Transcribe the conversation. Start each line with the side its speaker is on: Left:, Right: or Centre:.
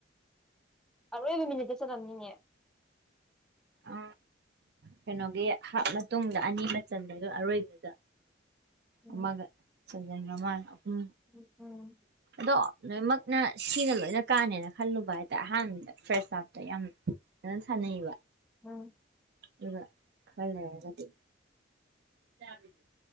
Centre: ꯑꯔꯣꯏꯕ ꯃꯤꯅꯤꯠꯇ ꯆꯜꯂꯝꯅꯤꯅꯦ
Right: ꯑ ꯀꯩꯅꯣꯒꯤ ꯍꯥꯞ ꯃꯇꯨꯡꯗ ꯑꯅꯤꯃ ꯆꯟꯕꯒ ꯑꯔꯣꯏꯕꯗ
Centre: ꯎꯝ
Right: ꯑꯃꯒ ꯆꯟꯖꯟꯒꯔꯃꯅꯦ ꯑꯍꯨꯝ
Centre: ꯎ ꯎꯝ
Right: ꯑꯗꯣ ꯂꯣꯏꯅꯃꯛꯅ ꯁꯤꯅ ꯂꯣꯏꯅ ꯀꯥꯟꯅꯦꯅ ꯈꯜꯂꯨꯕ ꯍꯥꯏꯇꯔꯦ ꯑꯍꯥꯟꯕꯗ ꯐ꯭ꯔꯥꯁ ꯍꯞꯇ ꯌꯥꯝ ꯐꯖꯅ ꯁꯅꯩꯕ
Centre: ꯍꯥꯎ
Right: ꯑꯗꯨꯒ ꯈꯔ ꯂꯩꯔ꯭ꯒꯗꯤ <unintelligible>